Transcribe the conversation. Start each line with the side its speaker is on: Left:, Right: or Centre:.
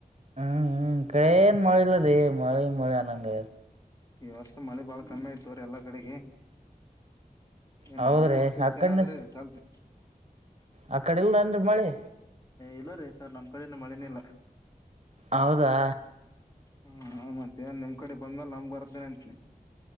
Right: ಹ್ಮ್ ಹ್ಮ್ ಕಡನು ಮಳೆ ಇಲ್ಲ ರೀ ಮಳೆ ಮಳೆಯನಂಗ
Left: ಈ ವರ್ಷ ಮಳೆ ಬಾಳ ಕಮ್ಮಿ ಆಯ್ತವ್ರೀ ಎಲ್ಲಾ ಕಡೆಗೆ ಏನ್
Right: ಹೌದ್ರಿ
Left: ಬರಗಲ್ಲ ಸೂಚನೆ
Right: ಅಕಂಡ
Left: ಆದ್ರೆ ಚಾಲ್ತೆ
Right: ಆ ಕಡೆ ಇಲ್ದನ್ರಿ ಮಳಿ
Left: ಇಲ್ಲೋ ರೀ ಸರ್ ನಮ್ ಕಡೆನು ಮಳೆನೇ ಇಲ್ಲ
Right: ಹೌದಾ
Left: ಹ ಹ ಮತ್ತೆ ನ್ ನಿಮ್ ಕಡೆ ಬಂದ್ಮೇಲ್ ನಮ್ಗ್ ಬರ್ತೇನೆ ಅಂತನಿ